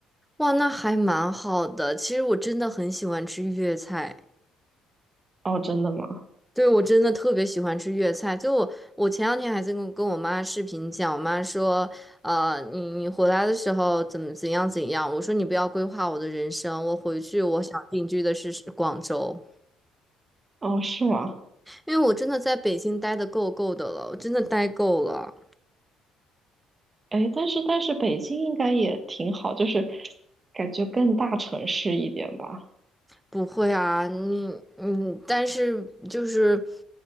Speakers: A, in the centre; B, on the right (about 35°).
A: 哇，那还蛮好的。其实我真的很喜欢吃粤菜。
B: 哦，真的吗？
A: 对，我真的特别喜欢吃粤菜。就我，我前两天还在跟我跟我妈视频讲，我妈说，呃，你你回来的时候怎么怎样怎样？我说你不要规划我的人生，我回去我想定居的是是广州，
B: 哦，是吗？
A: 因为我真的在北京待的够够的了，我真的待够了。
B: 哎，但是但是北京应该也挺好，就是感觉更大城市一点吧。
A: 不会啊，你嗯，但是就是